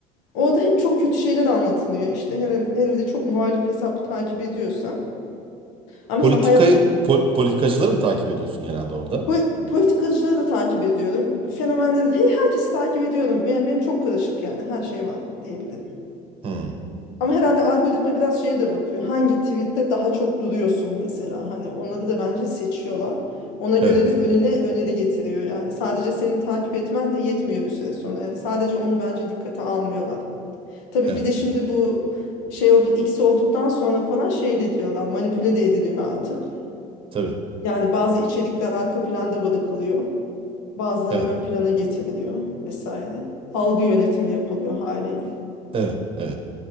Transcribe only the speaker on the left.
Orada hep çok kötü şeyler anlatılıyor. İşte hele, hele de çok muhalif hesap takip ediyorsan. Ama mesela
hayat
po- politikacıları da takip ediyorum. Fenomenleri de he- herkesi takip ediyorum. Benim, benim çok karışık yani her şey var diyebilirim.
Ama herhalde algoritma biraz şeye de bakıyor. Hangi tweette daha çok duruyorsun mesela. Hani onları da bence seçiyorlar. Ona göre
de önüne öneri getiriyor yani. Sadece senin takip etmen de yetmiyor bir süre sonra. Yani sadece onu bence dikkate almıyorlar. Tabii
bir de şimdi bu şey oldu X olduktan sonra falan şey de diyorlar manipüle de ediliyor artık.
Yani bazı içerikler arka planda bırakılıyor. Bazıları
ön plana getiriliyor vesaire. Algı yönetimi yapılıyor haliyle.